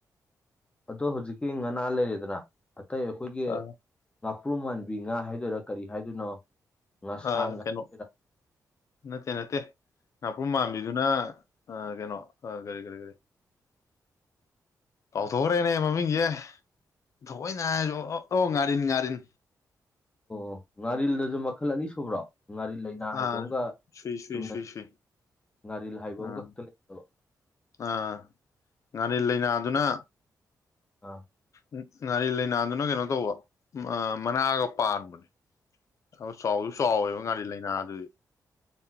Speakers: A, on the left (about 15°); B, on the left (about 50°).
A: ꯑꯗꯣ ꯍꯧꯖꯤꯛꯀꯤ ꯉꯥꯅꯥꯟ ꯂꯩꯔꯦꯗꯅ ꯑꯇꯩ ꯑꯩꯈꯣꯏꯒꯤ
B: ꯑ
A: ꯉꯥꯄ꯭ꯔꯨꯝ ꯃꯥꯟꯕꯤ ꯉꯥ ꯍꯥꯏꯗꯣꯏꯔꯥ ꯀꯔꯤ ꯍꯥꯏꯗꯣꯏꯅꯣ꯫ ꯉꯥꯁꯥꯡꯒ
B: ꯑꯥ ꯀꯩꯅꯣ
A: ꯍꯥꯏꯗꯣꯏꯔꯥ
B: ꯅꯠꯇꯦ ꯅꯠꯇꯦ꯫ ꯉꯥꯄ꯭ꯔꯨꯝ ꯃꯥꯟꯕꯤꯗꯨꯅ ꯑ ꯀꯩꯅꯣ ꯑ ꯀꯔꯤ ꯀꯔꯤ ꯀꯔꯤ꯫ ꯀꯥꯎꯊꯣꯛꯈ꯭ꯔꯦꯅꯦ ꯃꯃꯤꯡꯁꯦ꯫ ꯊꯑꯣꯏꯅ ꯍꯥꯏꯔꯁꯨ ꯑꯣ ꯑꯣ ꯉꯥꯔꯤꯟ ꯉꯥꯔꯤꯟ꯫
A: ꯑꯣ ꯉꯥꯔꯤꯜꯗꯁꯨ ꯃꯈꯜ ꯑꯅꯤ ꯁꯨꯕ꯭ꯔꯣ ꯉꯥꯔꯤꯜ ꯂꯩꯥꯅꯥ ꯍꯥꯏꯕ
B: ꯑꯥ
A: ꯑꯃꯒ
B: ꯁꯨꯏ ꯁꯨꯏ
A: ꯆꯨꯝꯅ
B: ꯁꯨꯏ ꯁꯨꯏ
A: ꯉꯥꯔꯤꯜ ꯍꯥꯏꯕ
B: ꯑꯥ
A: ꯑꯃꯒ ꯈꯛꯇ ꯂꯩꯕ꯭ꯔꯕ꯫
B: ꯑꯥ ꯉꯥꯔꯤꯜ ꯂꯩꯅꯥꯗꯨꯅ
A: ꯑ꯫
B: ꯎ ꯉꯥꯔꯤꯜ ꯂꯩꯅꯥꯗꯨꯅ ꯀꯩꯅꯣ ꯇꯧꯕ ꯑ ꯃꯅꯥꯒ ꯄꯥꯟꯕꯅꯦ꯫ ꯑ ꯆꯥꯎꯁꯨ ꯆꯥꯎꯋꯦꯕ ꯉꯥꯔꯤꯜ ꯂꯩꯅꯥ ꯗꯨꯗꯤ꯫